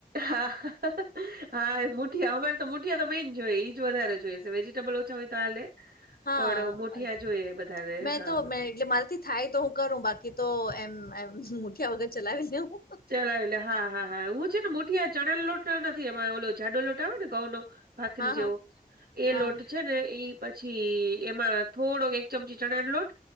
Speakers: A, on the right; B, on the left.
A: હા હા એ મુઠિયા અમારે તો મુઠિયા તો મે જોએ ઈજ વધારે જોય છે વેજીિટેબલ છ હોય તો હાલે
B: હા
A: પણ મુઠિયા જોઈએ બધાને
B: મેં
A: હા
B: તો
A: હ
B: મે એટલે મારાથી થાય તો હું કરું બાકી તો એમ મુઠ્યા વગર ચલાવી લેવુ
A: ચલાવ લે હા હા હા હું છે ને મુઠીયા ચણા લોટ નથી એમાં ઓલો જાડો લોટ આવે ને ઘઉ નો ભાખરી
B: હા
A: જેવો
B: હા
A: એ
B: હા
A: લોટ છે ને એઈ પછી એમાં થોડોક એક ચમચી ચણા લોટ